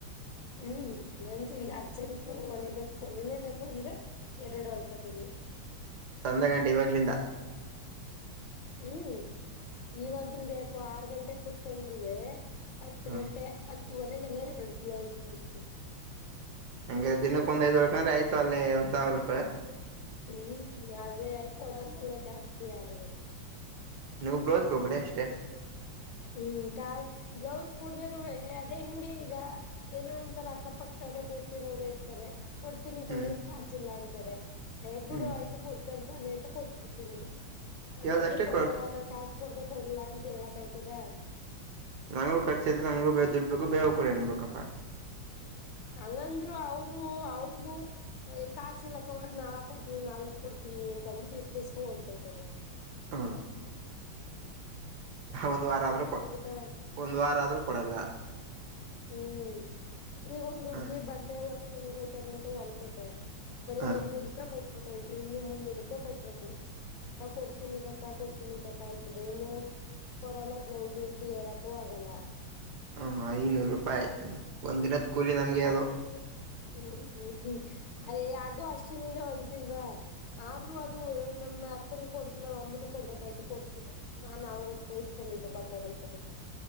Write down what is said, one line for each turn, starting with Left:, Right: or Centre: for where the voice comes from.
Left: ಹ್ಮ್ ನಂಜ ಈಗ ಅರ್ಜೆಂಟು ಹೊಲಿಬೇಕು ನಿಲೇಬೇಕು ಅಂದ್ರೆ ಎರಡು ಅಲ್ಕತೀನಿ
Right: ಸಂಜೆ ಗಂಟೆ ಇವಾಗ್ಲಿಂದ
Left: ಹ್ಮ್ ಇವವಾಗಿಂದ ಯಾಕೋ ಆರ್ ಗಂಟೆ ಕುೂತ್ಕೊಂಡ್ ಹತ್ತು
Right: ಹಾ
Left: ಗಂಟೆ ಹತ್ತುವರೆಗೆಲ್ಲ ಎರಡು ಬ್ಲೌಸ್ ಮುಗಿಸ್ತೀ
Right: ಹಂಗ ದಿನಕ್ಕೆ ಒಂದ್ಐದ್ವರ್ಕಂದ್ರೆ ಆಯ್ತು ಅಲ್ಲಿ ಒಂದ್ ಸಾವಿರ ರೂಪಾಯಿ
Left: ಹ್ಮ್ ಅದೇ ಕೊಡಲ್ವೆಲ್ಲ ಜಾಸ್ತಿ ಆರವೆೇ
Right: ನೀವು್ ಬ್ಲೌಸ್ಗೆ ಹೋಗ್ಬಿಡ ಅಷ್ಟೇ
Left: ಹ್ಮ್ ಕ ಬ್ಲೌಸ್ ಕುಡ್ದರುವರುವೆ ಅದೇ ಹಂಗಂಡಿ ಈಗ ಏನೋ ಒಂತರ ಅಕ್ಕಪಕ್ತ ಗೊತ್ತಿರೋ ಅವ್ರೇ ಇರ್ತಾರೆ ಕೊಡ್ತೀನಿ ಕವಯ
Right: ಹ್ಮ್
Left: ಕಾಸಿಲ್ಲ ಅಂತಾರೆ ಎಬ್ಬಡು
Right: ಹ್ಮ್
Left: ಆಯ್ತು ಕೊಡ್ತರ್ತಾನೆ ಅಂತ ಕೊಟ್ಬಡ್ತೀನಿ ಅದ
Right: ಕೇಳ್ದಷ್ಟೇ
Left: ಹೆಂಗಗೆ ಕೊಡಲ್ಲ
Right: ಕೊ
Left: ನನ್ ಕಾಸ ಕುೂಡ್ದ ಕೊಡಲ್ಲ ಅಂತ ಹೇಳಕ್ಯ್ತದ
Right: ನಂಗು ಖರ್ಚ ಐತೆ ನಂಗು ಬೇ ದುಡ್ಬೇಕೇಕು ಬೇವ ಕೂಡ ಅನ್ಬೇಕಪ್ಪ
Left: ಹಂಗಂದ್ರು ಅವರು ಅವ್ರಗೂ ಕಾಸಿಲಕ್ಕ ಅವ ನಾಳ ಕೊಡ್ತನಿ ನಾಳ ಇದ ಕೊಡ್ತೀನಿ ಮನ್ ತನ್ನು ತಸ್ಕಸ್ಕೊ ಉಂಟ್ತಾರೆ
Right: ಹ್ಮ್ ಒಂದ್ ವಾರ ಆದ್ರೂ ಕೊ
Left: ಆಯ್ತದ
Right: ಒಂದ್ ವಾರ ಆದ್ರೂ ಕೊಡಲ್ಲ
Left: ಹ್ಮ್ ಈಗ ಒಂದ್ ಹುಡ್ಗಿ
Right: ಹ
Left: ಬಟ್ಟೆ ಹೊಸ್ ಮನೆಗೋಯ್ತಾರೆ ಅಂತ ಹೊಲ್ಕೊಟೆ ಬರೇ
Right: ಹ
Left: ಐದನೂರು ರೂಪಾಯಿ ಕೊಟ್ಬಿಟ್ಟು ಆಯತು ಇನ್ನು ಮುನ್ನೂರು ರೂಪಾಯಿ ಕೊಡ್ಬೇಕು ಅಕ್ಕ ಕೊಡ್ತೀನಿ ಕಕ್ಕಾ ಕೊಡ್ತೀನಿ ಕಾಕ್ಕ ಅಂತದೆ ಇನ್ನು ಕೊಡಲ್ಲ ಬ್ಲೌಸು ಅಂತ ಹೇಳಕೂ ಆಗಲ್ಲ
Right: ಹ ಐನೂರು ರೂಪಾಯಿ ಒಂದಿನದ ಕೂಲಿ ನಮ್ಗೆ ಅದೋ
Left: ಹ್ಮ್ ಹ್ಮ್ ಹ್ಮ್ ಅಯ ಅದು ಅಷ್ಟಿನಿಂದ ಹೊಲ್ದಿಲ್ವಾ ಆದ್ರೂ ಅದು ನಮ್ಮ ಅಕ್ಕನು ಕೊಡ್ಬ ನಾವ್ ಅಮ್ಮನು ಕೊಡ್ಬೇಕಾಯ್ತು ಕೊಟ್ಬಿಟ್ಟೆ ನಾನನ್ ಅವ್ರ ಹತ್ರ ಇಸ್ಕೊಂಡಿದ್ದೆ ಬಟ್ಟೆಗಳ ತರಕ್ಕೆ